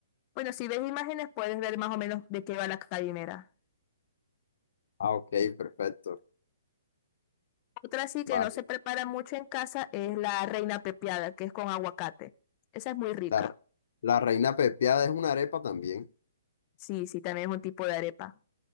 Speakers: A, on the left (about 30°); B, on the left (about 60°).
A: Bueno, si ves imágenes puedes ver más o menos de qué va la calimera.
B: Ah, ok, perfecto.
A: Otra sí
B: Vale.
A: que no se prepara mucho en casa es la reina pepiada, que es con aguacate. Esa es muy rica.
B: La, la reina pepiada es una arepa también.
A: Sí, sí, también es un tipo de arepa.